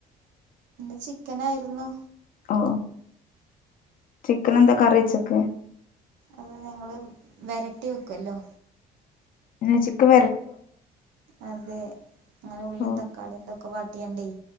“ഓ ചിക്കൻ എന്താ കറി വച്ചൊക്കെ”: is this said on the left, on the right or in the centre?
Left